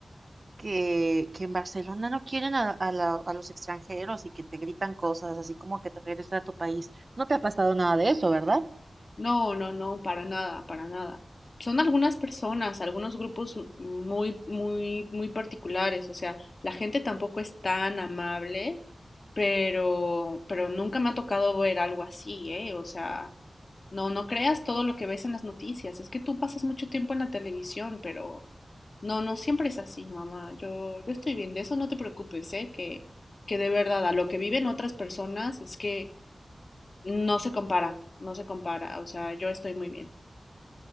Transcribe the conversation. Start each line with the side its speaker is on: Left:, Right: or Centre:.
Right: que, que en Barcelona no quieren a, a la- a los extranjeros y que te gritan cosas así como que te regreses a tu país. No te ha pasado nada de eso, ¿verdad?
Left: No, no, no, para nada, para nada. Son algunas personas, algunos grupos m- muy, muy, muy particulares. O sea, la gente tampoco es tan amable, pero, pero nunca me ha tocado ver algo así, ¿eh? O sea, no, no creas todo lo que ves en las noticias. Es que tú pasas mucho tiempo en la televisión, pero no, no siempre es así, mamá. Yo, yo estoy bien, de eso no te preocupes, ¿eh? Que, que de verdad, a lo que viven otras personas es que no se compara, no se compara, o sea, yo estoy muy bien.